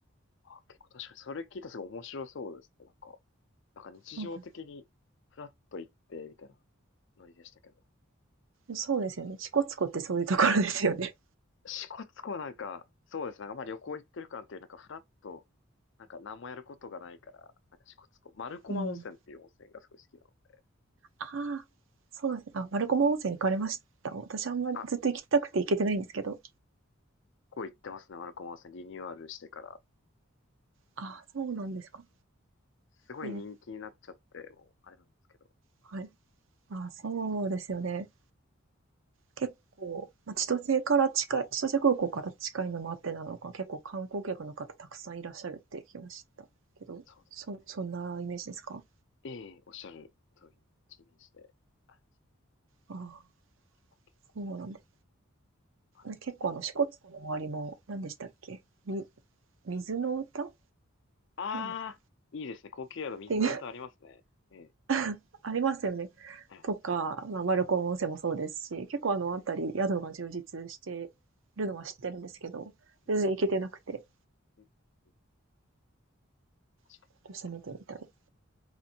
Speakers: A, on the left; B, on the right.
A: あ、結構確かにそれ聞いたらすごい面白そうですね。なんか、なんか日常的にフラッと行って、
B: なんか
A: みたいなノリでしたけど。
B: そうですよね。支笏湖ってそういうところですよね。
A: 支笏湖はなんか、そうですね。なんかまあ旅行行ってる感っていう、なんかフラッと、なんか何もやることがないから、なんか支笏湖、丸駒温泉っていう温泉がすごい好きなので。
B: うん。ああ、そうですね。あ、マルコマ温泉行かれました私あんまりずっと行きたくて行けてないんですけど。
A: あ、こう行ってますね、丸駒温泉。リニューアルしてから。
B: あ、そうなんですか。
A: すごい人気になっちゃって、
B: で、
A: もう、あれなんですけど。
B: はい。あ、そうですよね。
A: いいです。
B: 結構、まあ、千歳から近い、千歳空港から近いのもあってなのか、結構観光客の方たくさんいらっしゃるって聞きましたけど、
A: そうです。
B: そ、そんなイメージですか
A: ええ、おっしゃる通りのイメージで。あれです
B: ああ、
A: 高級
B: そうなんで
A: あでも
B: す。結構あの、支笏湖の周りも、何でしたっけみ、水の歌
A: あー、
B: なんです
A: いいですね。高級宿、
B: っていう
A: 水の歌ありますね。ええ、
B: <laughs> ありますよね。
A: ありますあります。
B: とか、まあ、丸子温泉もそうですし、結構あの辺り、
A: ええ、
B: 宿が充実してるのは知ってるんですけど、
A: うん、
B: 全然行けてなくて、
A: うん、うん、うん確かに、
B: ちょっと攻めてみたい。
A: 確かに。